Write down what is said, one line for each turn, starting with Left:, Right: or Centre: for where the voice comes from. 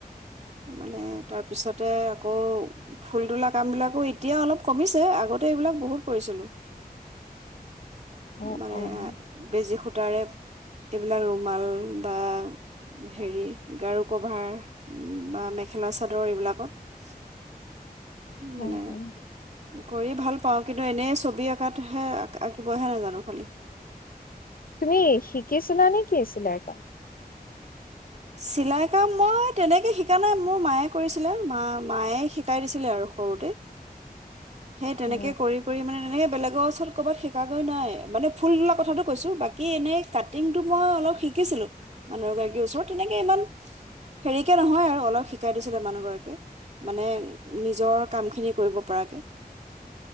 Right: মানে তাৰপিছতে আকৌ ফুল তোলা কামবিলাকো এতিয়া অলপ কমিছে আগতে এইবিলাক বহুত কৰিছিলোঁ
Left: অ
Right: মানে
Left: অ হয়
Right: বেজি সূতাৰে এইবিলাক ৰুমাল বা হেৰি গাৰু কভাৰ বা মেখেলা চাদৰ এইবিলাকত মানে
Left: উম উম
Right: কৰি ভাল পাওঁ কিন্তু এনেই ছবি আঁকাতহে আঁকিবহে নাজানো খালি
Left: তুমি শিকিছিলানে কি চিলাই কাম
Right: চিলাই কাম মই তেনেকে শিকা নাই মোৰ মায়ে কৰিছিলে মা মায়ে শিকাই দিছিলে আৰু সৰুতে সেই তেনেকে
Left: অ
Right: কৰি কৰি মানে তেনেকে বেলেগৰ ওচৰত ক'বাত শিকাগৈ নাই মানে ফুল ধলা কথাটো কৈছো বাকী এনেই কাটিংটো মই অলপ শিকিছিলো মানুহ এগৰাকীৰ ওচৰত তেনেকে ইমান হেৰিকে নহয় আৰু অলপ শিকাই দিছিলে মানুহ গৰাকে মানে নিজৰ কাম খিনি কৰিব পৰাকে